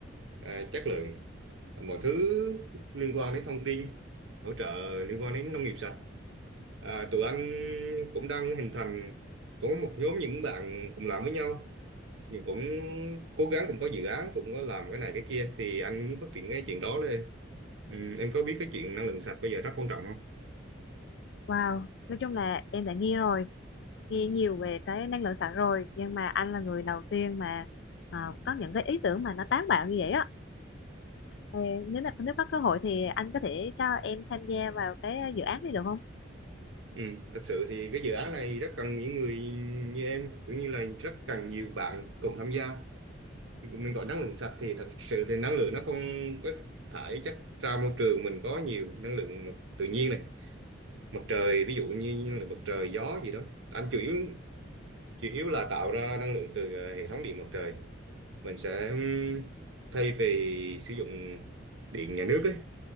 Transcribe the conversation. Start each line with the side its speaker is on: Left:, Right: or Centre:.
Right: à, chất lượng à, mọi thứ liên quan đến thông tin hỗ trợ liên quan đến nông nghiệp sạch à, tụi anh cũng đang hình thành có một nhóm những bạn cùng làm với nhau nhưng cũng cố gắng cũng có dự án cũng có làm cái này cái kia thì anh muốn phát triển cái chuyện đó lên ừ, em có biết cái chuyện năng lượng sạch bây giờ rất quan trọng không
Left: wow nói chung là em đã nghe rồi nghe nhiều về cái năng lượng sạch rồi nhưng mà anh là người đầu tiên mà ờ, có những cái ý tưởng mà nó táo bạo như vậy á Ờ, nếu mà nếu có cơ hội thì anh có thể cho em tham gia vào cái ờ, dự án này được không?
Right: Ừ, thật sự thì cái dự án này rất cần những người như em cũng như là rất cần nhiều bạn cùng tham gia mình gọi năng lượng sạch thì thật sự thì năng lượng nó không có thải chất ra môi trường mình có nhiều năng lượng mặt tự nhiên này mặt trời ví dụ như năng lượng mặt trời gió gì đó anh chủ yếu chủ yếu là tạo ra năng lượng từ ờ, hệ thống điện mặt trời mình sẽ ừm, thay vì sử dụng điện nhà nước ấy